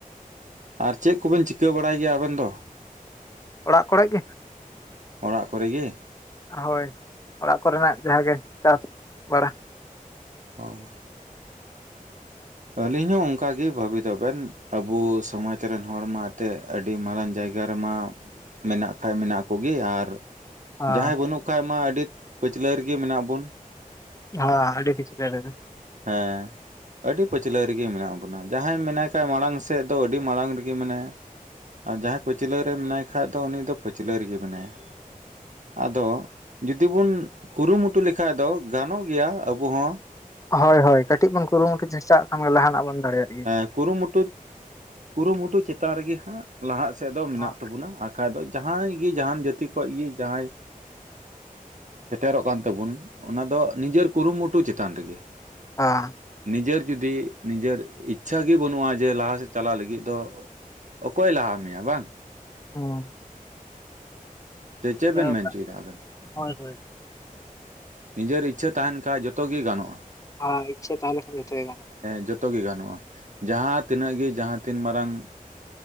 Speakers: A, on the right; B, on the left.
A: ᱟᱨ ᱪᱮᱫ ᱠᱚᱵᱮᱱ ᱪᱤᱠᱟᱹ ᱵᱟᱲᱟᱭ ᱜᱮᱭᱟ ᱟᱵᱮᱱ ᱫᱚ?
B: ᱚᱲᱟᱜ ᱠᱚᱨᱮᱜ ᱜᱮ ᱾
A: ᱚᱲᱟᱜ ᱠᱚᱨᱮ ᱜᱮ ᱾
B: ᱦᱳᱭ ᱚᱲᱟᱜ ᱠᱚᱨᱮᱱᱟᱜ ᱡᱟᱦᱟᱸ ᱜᱮ ᱪᱟᱥ ᱵᱟᱲᱟ ᱾
A: ᱚ ᱾ ᱟᱹᱞᱤᱧ ᱦᱚᱸ ᱚᱱᱠᱟ ᱜᱮ ᱵᱷᱟᱹᱵᱤᱛᱚᱜ ᱵᱮᱱ ᱾ ᱟᱵᱚ ᱥᱚᱢᱟᱡᱽ ᱨᱮᱱ ᱦᱚᱲᱢᱟ ᱮᱛᱮᱫ ᱟᱹᱰᱤ ᱢᱟᱨᱟᱝ ᱡᱟᱭᱜᱟ ᱨᱮᱢᱟ ᱢᱮᱱᱟᱜ ᱠᱷᱟᱡ ᱢᱮᱱᱟᱜ ᱠᱚᱜᱮ ᱟᱨ
B: ᱦᱚᱸ
A: ᱡᱟᱦᱟᱸᱭ ᱵᱟᱹᱱᱩᱜ ᱠᱷᱟᱡ ᱢᱟ ᱟᱹᱰᱤ ᱯᱟᱹᱪᱞᱟᱹ ᱨᱮᱜᱮ ᱢᱮᱱᱟᱜ ᱵᱚᱱ ᱾
B: ᱦᱚᱸ ᱟᱹᱰᱤ ᱯᱤᱪᱷᱞᱟᱹ ᱨᱮᱜᱮ ᱾
A: ᱦᱮᱸ ᱾ ᱟᱹᱰᱤ ᱯᱟᱹᱪᱷᱞᱟᱹ ᱨᱮᱜᱮ ᱢᱮᱱᱟᱜ ᱵᱚᱱᱟ ᱡᱟᱦᱟᱸᱭ ᱢᱮᱱᱟᱭ ᱠᱷᱟᱡ ᱢᱟᱲᱟᱝ ᱥᱮᱫ ᱫᱚ ᱟᱹᱰᱤ ᱢᱟᱲᱟᱝ ᱨᱮᱜᱮ ᱢᱮᱱᱟᱭᱟ ᱾ ᱟᱨ ᱡᱟᱦᱟᱸᱭ ᱯᱟᱹᱪᱞᱟᱹ ᱨᱮ ᱢᱮᱱᱟᱭ ᱠᱷᱟᱡ ᱫᱚ ᱩᱱᱤ ᱫᱚ ᱯᱟᱹᱪᱞᱟᱹ ᱨᱮᱜᱮ ᱢᱮᱱᱟᱭᱟ ᱾ ᱟᱫᱚ ᱡᱩᱫᱤ ᱵᱩᱱ ᱠᱩᱨᱩᱢᱩᱴᱩ ᱞᱮᱠᱷᱟᱡ ᱫᱚ ᱜᱟᱱᱚᱜ ᱜᱮᱭᱟ ᱟᱵᱚ ᱦᱚᱸ ᱾
B: ᱦᱳᱭ ᱦᱳᱭ ᱠᱟᱹᱴᱤᱡ ᱵᱳᱱ ᱠᱩᱨᱩᱢᱩᱴᱩ ᱪᱮᱥᱴᱟᱣᱟᱜ ᱠᱷᱟᱱ ᱜᱮ ᱞᱟᱦᱟᱱᱟᱜ ᱵᱚᱱ ᱫᱟᱲᱮᱭᱟᱜ ᱾
A: ᱦᱮᱸ ᱠᱩᱨᱩᱢᱩᱴᱩ ᱠᱩᱨᱩᱢᱩᱴᱩ ᱪᱮᱛᱟᱱ ᱨᱮᱜᱮ ᱦᱟᱸᱜ ᱞᱟᱦᱟᱜ ᱥᱮᱫ ᱫᱚ ᱢᱮᱱᱟᱜ
B: ᱦᱚᱸ
A: ᱛᱟᱵᱚᱱᱟ ᱾ ᱠᱷᱟᱡ ᱫᱚ ᱡᱟᱦᱟᱸᱭ ᱜᱮ ᱡᱟᱦᱟᱱ ᱡᱟᱹᱛᱤ ᱠᱷᱚᱱ ᱜᱮ ᱡᱟᱦᱟᱸᱭ ᱥᱮᱴᱮᱨᱚᱜ ᱠᱟᱱ ᱛᱟᱵᱚᱱ ᱚᱱᱟ ᱫᱚ ᱱᱤᱡᱮᱨ ᱠᱩᱨᱩᱢᱩᱴᱩ ᱪᱮᱛᱟᱱ ᱨᱮᱜᱮ ᱾
B: ᱟᱸ ᱾
A: ᱱᱤᱡᱮᱨ ᱡᱩᱫᱤ ᱱᱤᱡᱮᱨ ᱤᱪᱪᱷᱟ ᱜᱮ ᱵᱟᱹᱱᱩᱜᱼᱟ ᱡᱮ ᱞᱟᱦᱟ ᱥᱮᱫ ᱪᱟᱞᱟᱜ ᱞᱟᱹᱜᱤᱫ ᱫᱚ ᱚᱠᱚᱭᱮ ᱞᱟᱦᱟ ᱢᱮᱭᱟ ᱵᱟᱝ?
B: ᱦᱮᱸ ᱾
A: ᱥᱮ ᱪᱮᱫ ᱵᱮᱱ
B: ᱦᱩᱸ
A: ᱢᱮᱱ ᱚᱪᱚᱭ ᱫᱟ ᱟᱵᱮᱱ?
B: ᱦᱳᱭ ᱦᱳᱭ ᱾
A: ᱱᱤᱡᱮᱨ ᱤᱪᱪᱷᱟᱹ ᱛᱟᱦᱮᱱ ᱠᱷᱟᱡ ᱡᱚᱛᱚ ᱜᱮ ᱜᱟᱱᱚᱜ-ᱟ ᱾
B: ᱦᱚ ᱤᱪᱪᱷᱟᱹ ᱛᱟᱦᱮ ᱞᱮᱠᱷᱟᱱ ᱡᱚᱛᱚ ᱜᱮ ᱜᱟᱱᱚᱜ-ᱟ ᱾
A: ᱦᱮᱸ ᱡᱚᱛᱚ ᱜᱮ ᱜᱟᱱᱚᱜ-ᱟ ᱡᱟᱦᱟᱸ ᱛᱤᱱᱟᱹᱜ ᱜᱮ ᱡᱟᱦᱟᱸ ᱛᱤᱱ ᱢᱟᱨᱟᱝ